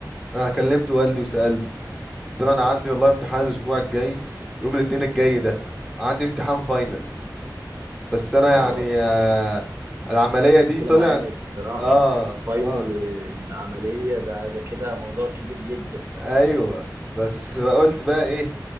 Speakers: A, in the centre; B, on the right.
A: انا كلمت والدي وسألته قلت له انا عندي والله امتحان الاسبوع الجاي يوم الاثنين الجاي ده عندي امتحان فاينل بس انا
B: اه
A: يعني آه العملية دي
B: ربنا
A: طلع
B: معاك الصراحة
A: اه
B: يعني فاينل
A: اه
B: من العملية ده ده كده موضوع كبير جدا
A: ايوه بس قلت بقى ايه